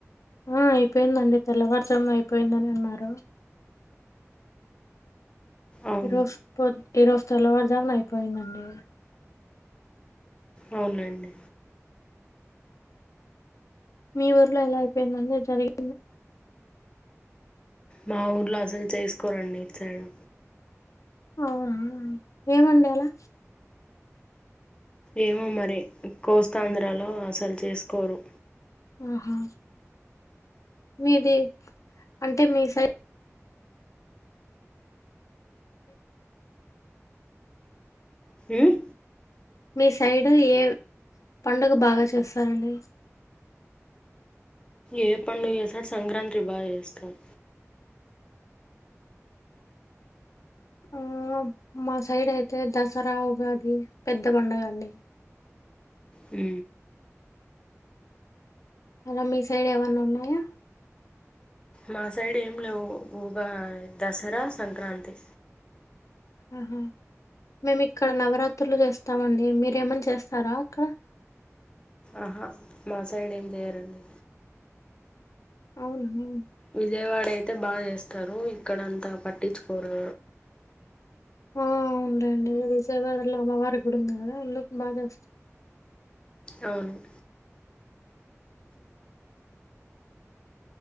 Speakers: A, on the left; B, on the left.
A: ఆ అయిపోయిందండి తెల్లవారు జామున అయిపోయిందని అన్నారు
B: అవును
A: ఈ రోజు పొద్ ఈ రోజు తెల్లవారుజామున అయిపోయిందండి
B: అవునండి
A: మీ ఊర్లో ఎలా అయిపోయింది అండి <unintelligible>
B: మా ఊర్లో అసలు చేసుకోరండి ఇటు సైడ్
A: అవునా ఏమండి అలా
B: ఏమో మరి కోస్తాంధ్రాలో అసలు చేసుకోరు
A: ఆహా మీది అంటే మీ సై
B: ఉమ్
A: మీ సైడు ఏ పండుగ బాగా చేస్తారండి
B: ఏ పండుగ చేసిన సంక్రాంతి బాగా చేస్తారు
A: ఆ మా సైడ్ అయితే దసరా, ఉగాది పెద్ద పండుగ అండి
B: ఉ
A: అలా మీ సైడ్ ఏవన్న ఉన్నాయా
B: మా సైడ్ ఏం లేవు ఉఊగా దసరా సంక్రాంతి
A: ఆహా మేము ఇక్కడ నవరాత్రులు చేస్తామండి మీరేమన్నా చేస్తారా అక్కడ
B: ఆహా మా సైడ్ ఏం చేయరండి
A: అవున మే
B: విజయవాడ అయితే బాగా చేస్తారు ఇక్కడంతా పట్టించుకోరు
A: ఆ అవును లెండి విజయవాడలో అమ్మవారి గుడి ఉంది కదా అందుకు బాగా చేస్తర్
B: అవునండి